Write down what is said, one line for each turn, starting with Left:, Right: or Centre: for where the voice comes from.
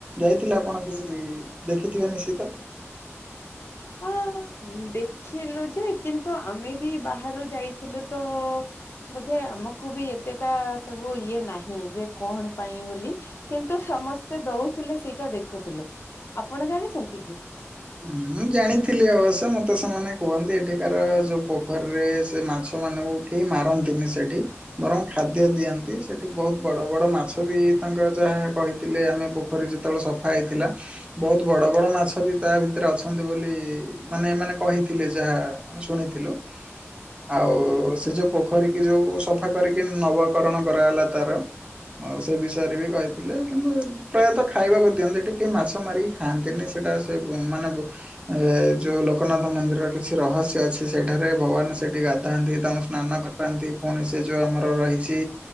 Right: ଯାଇଥିଲେ ଆପଣ କିଛି ବି ଦେଖିଥିବେ ନିଶ୍ଚିତ?
Left: ହଁ ଦେଖିଲୁ ଯେ କିନ୍ତୁ ଆମେ ବି ବାହାରୁ ଯାଇଥିଲୁ ତ ବୋଧେ ଆମକୁ ବି ଏତେଟା ସବୁ ଇଏ ନାହିଁ ଯେ କଣ ପାଇଁ ବୋଲି କିନ୍ତୁ ସମସ୍ତେ ଦଉଥିଲେ ସେଇଟା ଦେଖୁଥିଲୁ। ଆପଣ ଜାଣିଛନ୍ତି କି?
Right: ମୁଁ ଜାଣିଥିଲି ଅବଶ୍ୟ ମତେ ସେମାନେ କୁହନ୍ତି ଏଠିକାର ଯୋଉ ପୋଖରୀରେ ସେ ମାଛ ମାନଙ୍କୁ କେହି ମାରନ୍ତନ୍ତି ସେଠି। ବରଂ ଖାଦ୍ୟ ଦିଅନ୍ତି। ସେଠି ବୋହୁତ୍ ବଡ ବଡ ମାଛ ବି ତାଙ୍କର ଯାହା କହିଥିଲେ ଆମେ ଖ ଯେତେବେଳେ ସଫା ହେଇଥିଲା ବୋହୁତ୍ ବଡ ବଡ ମାଛ ବି ତା ଭିତରେ ଅଛନ୍ତି ବୋଲି ମାନେ ମାନେ କହିଥିଲେ ଯାହାମେ ଶୁଣିଥିଲୁ। ଆଉ ସେ ଯୋଉ ପୋଖରୀ କି ଯୋଉ ସଫା କରିକି ନବକରଣ କରାଗଲା ତାର। ହଁ ସେ ବିଷୟରେ ବି କହିଥିଲେ କିନ୍ତୁ ପ୍ରାୟତଃ ଖାଇବାକୁ ଦିଅନ୍ତି ଟିକେ ମାଛ ମାରିକି ଖାଆନ୍ତିନି ସେଇଟା ସେ ମାନେ ଏ ଯୋଉ ଲୋକନାଥ ମନ୍ଦିରର କିଛି ରହସ୍ୟ ଅଛି ସେଠାରେ ଭଗବାନ ସେଠି ଗାଧାନ୍ତି ତାଙ୍କୁ ସ୍ନାନ କରାନ୍ତି ପୁଣି ସେ ଯୋଉ ଆମର ରହିଛି